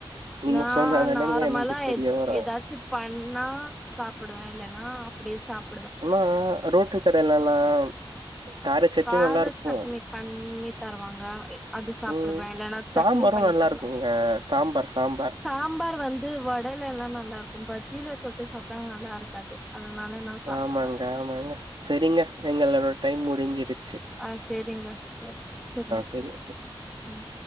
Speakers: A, on the right (about 65°); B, in the centre.
A: நீங்க
B: நான்
A: சொன்னாதானங்க
B: நார்மலா
A: எனக்கு தெரிய
B: எதா
A: வரு
B: எதாச்சும் பண்ணா சாப்டுவன் இல்லன்னா அப்டே சாப்
A: ஃபுல்லா ரோட்டு கடைல எல்லாம் காரச்சட்டினியும்
B: கார
A: நல்லா இருக்கும்
B: சட்னி பண்ணி தருவாங்க அது சாப்பிடுவே
A: ம்
B: இல்லன்னா
A: சாம்பாரும்
B: சட்னி பண்ணி
A: நல்லா
B: தருவாங்க
A: இருக்குங்க சாம்பார் சாம்பார்
B: சாம்பார் வந்து வடைலலாம் நல்லா இருக்கும் பஜ்ஜில ல தொட்டு சாப்ட்டா நல்லா இருக்காது அதனால நா சாப்ட
A: ஆமாங்க
B: மாட்டே
A: ஆமாங்க செரிங்க எங்களோட டைம் முடிஞ்சிருச்சி
B: ஆ செரிங்க வச்சறே
A: சரி
B: ம்